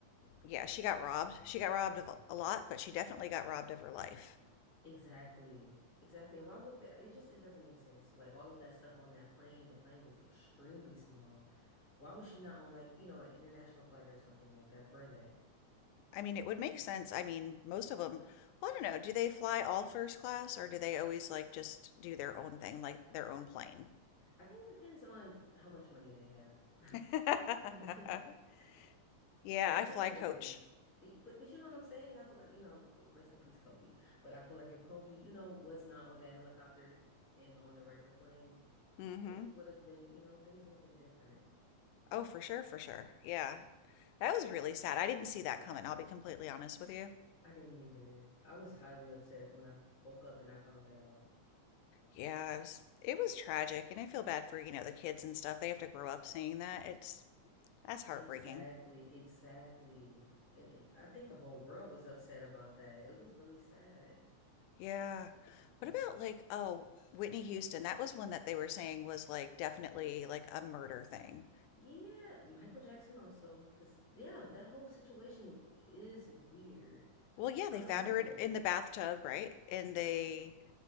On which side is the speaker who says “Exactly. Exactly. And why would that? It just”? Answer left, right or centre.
Left